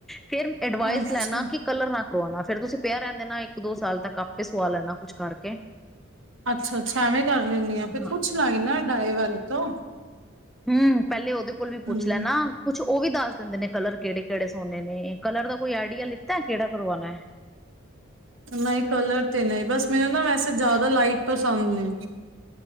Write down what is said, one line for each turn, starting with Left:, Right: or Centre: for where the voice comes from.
Centre: ਫਿਰ ਐਡਵਾਈਜ਼
Right: ਅੱਛਾ
Centre: ਕਲਰ ਨਾ ਕਰਵਾਣਾ, ਫੇਰ ਤੁਸੀਂ ਪਿਆ ਰਹਿਨ ਦੇਨਾ, ਇੱਕ-ਦੋ ਸਾਲ ਤੱਕ ਆਪੇ ਸਵਾ ਲੈਣਾ ਕੁੱਛ ਕਰਕੇ।
Right: ਅੱਛਾ-ਅੱਛਾ, ਐਵੇਂ ਕਰ ਲੈਨੀ ਆ, ਫਿਰ
Centre: ਹਾਂ
Right: ਪੁੱਛ ਲਾਂਗੀ ਨਾ ਡਾਏ ਵਾਲੇ ਤੋਂ।
Centre: ਹੂੰ, ਪਹਿਲੇ ਉਹਦੇ ਕੋਲ ਵੀ
Right: ਹੂੰ
Centre: ਪੁੱਛ ਲੈਨਾ। ਕੁਛ ਉਹ ਵੀ ਦੱਸ ਦਿੰਦੇ ਨੇ, ਕਲਰ ਕਿਹੜੇ-ਕਿਹੜੇ ਸੋਨੇ ਨੇ, ਕਲਰ ਦਾ ਕੋਈ ਆਈਡੀਆ ਲਿੱਤਾ, ਕਿਹੜਾ ਕਰਵਾਣਾ ਏ?
Right: ਨਹੀਂ ਕਲਰ ਤੇ ਨਹੀਂ, ਬਸ ਮੈਨੂੰ ਨਾ ਵੈਸੇ ਜ਼ਿਆਦਾ ਲਾਈਟ ਪਸੰਦ ਨੇ।